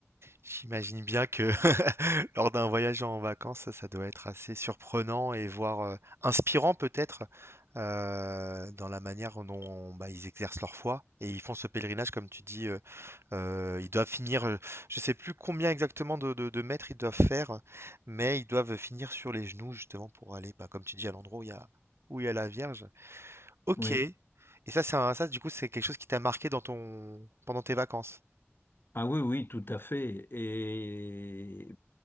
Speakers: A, on the right; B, on the left.
A: J'imagine bien que <laughs> lors d'un voyage en vacances, ça, ça doit être assez surprenant et voire euh, inspirant peut-être euh, dans la manière dont bah, ils exercent leur foi et ils font ce pèlerinage, comme tu dis, euh, euh, ils doivent finir, euh, je sais plus combien exactement de, de- de mètres ils doivent faire, mais ils doivent finir sur les genoux justement pour aller, bah, comme tu dis, à l'endroit où il y a, où il y a la Vierge. Ok.
B: Oui.
A: Et ça, c'est un- ça, du coup, c'est quelque chose qui t'a marqué dans ton pendant tes vacances.
B: Ah oui, oui, tout à fait. Et,